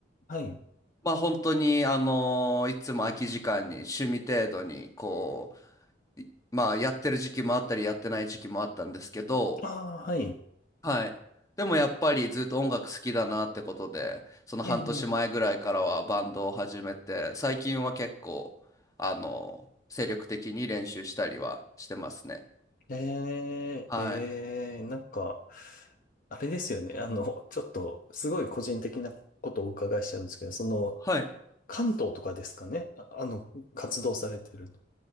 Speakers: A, on the left (about 45°); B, on the left (about 20°).
A: はい。
B: まあ本当にあのいつも空き時間に趣味程度にこういまあやってる時期もあったりやってない時期もあったんですけど
A: ああ、はい。
B: はいでもやっぱりずっと音楽好きだなってことでその半年前ぐらいからはバンドを始めて最近は結構あの精力的に練習したりはしてますね
A: えええ
B: はい
A: えええなんか、あれですよね。あの、<laughs> ちょっと、すごい個人的なことをお伺いしちゃうんですけど、その、
B: はい
A: 関東とかですかね。あ、あの、活動されてるの。